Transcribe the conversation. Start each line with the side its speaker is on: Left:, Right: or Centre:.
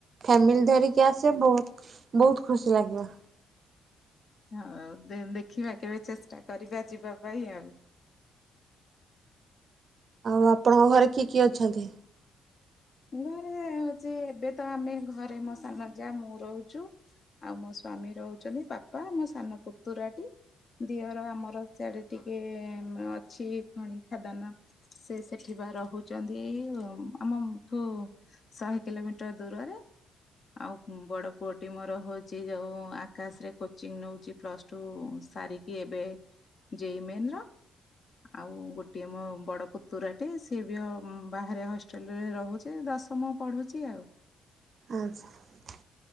Right: ଫାମିଲି ଧରିକି ଆସିବ ବହୁତ ବହୁତ ଖୁସି ଲାଗିବ
Left: ହଉ ଦେ ଦେଖିବା କେବେ ଚେଷ୍ଟା କରିବା ଯିବା ପାଇଁ ଆଉ
Right: ଆଉ ଆପଣଙ୍କ ଘରେ କିଏ କିଏ ଅଛନ୍ତି
Left: ଘରେ ହଉଛି ଏବେ ତ ଆମେ ଘରେ ମୋ ସାନ ଯା ମୁଁ ରହୁଛୁ ଆଉ ମୋ ସ୍ଵାମୀ ରହୁଛନ୍ତି ବାପା ମୋ ସାନ ପୁତୁରାଟି ଦିଅର ଆମର ସାଡେ ଟିକେ ଅଛି ଖଣି ଖାଦାନ ସେ ସେଠୀ ବା ରହୁଛନ୍ତି ଆମ ଠୁ ଶହେ କିଲୋମିଟର ଦୂରରେ ଆଉ ବଡ ପୁଅଟି ମୋର ହଉଛି ଯୋଉ ଆକାଶରେ କୋଚିଂ ନଉଛି ପ୍ଲସଟୁ ସାରିକି ଏବେ ଜେଇମେନ୍ ର ଆଉ ଗୋଟିଏ ମୋ ବଡ ପୁତୁରାଟି ସିଏ ବି ବାହାରେ ହଷ୍ଟେଲରେ ରହୁ ଚି ଦଶମ ପଢୁଛି ଆଉ।
Right: ଆଛା